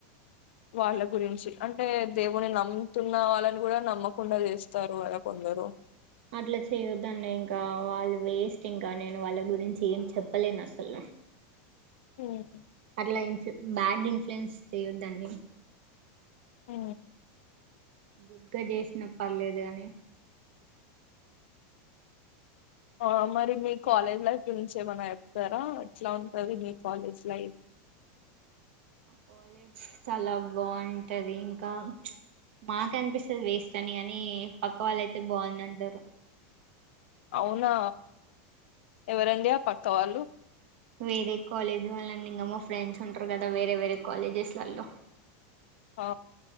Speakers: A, on the left (about 75°); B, on the right (about 70°).
A: వాళ్ళ గురించి అంటే దేవుని నమ్ముతున్న వాళ్ళని కూడా నమ్మకుండా చేస్తారు కదా కొంత లేరు
B: అట్లా చేయొద్దండి ఇంకా వాళ్ళు వేస్ట్ ఇంకా నేను వాళ్ళ గురించి ఏం చెప్పలేను అసలు
A: మ్
B: అట్లా ఇన్ఫ బ్యాడ్ ఇన్ఫ్లుయెన్స్ చేయొద్దండి
A: ఊ
B: గుడ్ గా చేసిన పర్లేదు కాని
A: ఆ మరి మీ కాలేజ్ లైఫ్ గురించి ఏమనా చెప్తారా ఎట్లా ఉంటది మీ కాలేజ్ లైఫ్
B: కాలేజ్ చాలా బావుంటది ఇంకా మాక్ అనిపిస్తది వేస్ట్ అని కానీ పక్క వాళ్ళుయితే బాగుంది అంటారు
A: అవునా ఎవరండి ఆ పక్క వాళ్ళు
B: వేరే కాలేజీ వెళ్ళండి ఇంగ మా ఫ్రెండ్స్ ఉంటారు కదా వేరే వేరే కాలేజెస్లలో
A: ఆ